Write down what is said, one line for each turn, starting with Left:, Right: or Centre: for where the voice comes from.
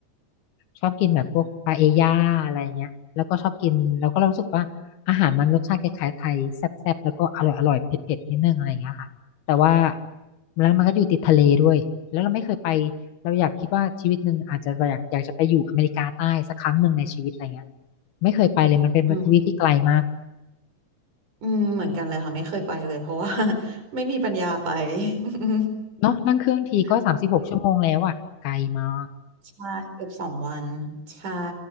Left: ชอบกินแบบพวกปาเอย่าอะไรเงี้ยแล้วก็ชอบกินแล้วก็เรารู้สึกว่าอาหารมันรสชาติคล้ายๆไทยแซ่บๆแล้วก็อร่อยอร่อยเผ็ดๆนิดนึงอะไรเงี้ยค่ะแต่ว่าแล้วมันก็อยู่ติดทะเลด้วยแล้วเราไม่เคยไป
Right: อื
Left: เราอยากคิดว่าชีวิตหนึ่งอาจจะอยากอยากจะไปอยู่อเมริกาใต้สักครั้งหนึ่งในชีวิตอะไรเงี้ยไม่เคยไปเลยมันเป็นทวีปที่ไกลมาก
Right: ม อืมเหมือนกันเลยค่ะไม่เคยไปเลยเพราะว่า <laughs> ไม่มีปัญญาไป <laughs>
Left: เนาะนั่งเครื่องทีก็สามสิบหกชั่วโมงแล้วอ่ะไกลมาก
Right: โอเคใช่เกือบสองวันใช่